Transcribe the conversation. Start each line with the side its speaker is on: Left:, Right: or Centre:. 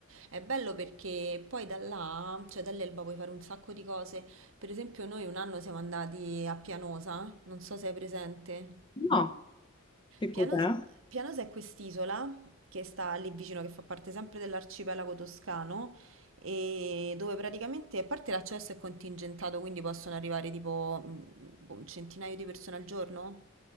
Right: È bello perché poi da là, cioè dall'Elba puoi fare un sacco di cose. Per esempio noi un anno siamo andati a Pianosa, non so se hai presente.
Left: No, che cos'è?
Right: Pianos, Pianos è quest'isola che sta lì vicino, che fa parte sempre dell'arcipelago toscano, e dove praticamente, a parte l'accesso è contingentato, quindi possono arrivare tipo mm, boh, un centinaio di persone al giorno?